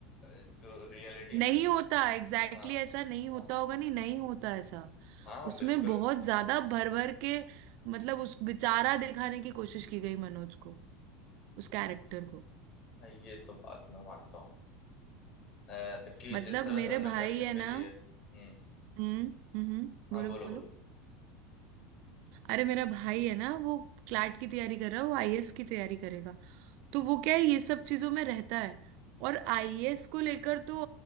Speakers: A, on the left; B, on the right.
A: जो रियलिटी
B: नहीं
A: में
B: होता एग्जैक्टली
A: हाँ
B: exactly ऐसा नहीं होता
A: हाँ
B: होगा नहीं नहीं होता ऐसा
A: हाँ
B: उसमें
A: बिल्कुल
B: बहुत ज्यादा भर भर के मतलब उस बेचारा दिखाने की कोशिश की गई मनोज को उस कैरेक्टर को
A: हाँ ये तो बात मैं मानता हूँ अ, कि
B: मतलब
A: जिस तरह से
B: मेरे
A: उनने
B: भाई
A: क्वेश्चन
B: है
A: भी
B: ना
A: किए हम्म
B: हम्म हम्म
A: हाँ
B: बोलो
A: बोलो
B: बोलो
A: बोलो
B: अरे मेरा भाई है ना वो क्लैट की तैयारी कर रहा है वो आईएएस की तैयारी करेगा तो वो क्या है ये सब चीजों में रहता है और आईएएस को लेकर तो